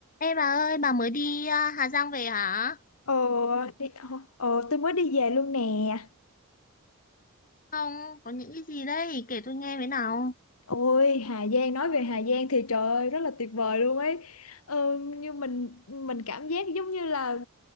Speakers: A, on the left; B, on the left.
A: Ê bà ơi, bà mới đi à, Hà Giang về hả?
B: Ờ, đi, ờ, ờ, tôi mới đi về luôn nè.
A: Không, có những cái gì đấy, kể tôi nghe với nào.
B: Ôi, Hà Giang nói về Hà Giang thì trời ơi, rất là tuyệt vời luôn ấy. Ờ, như mình mình cảm giác giống như là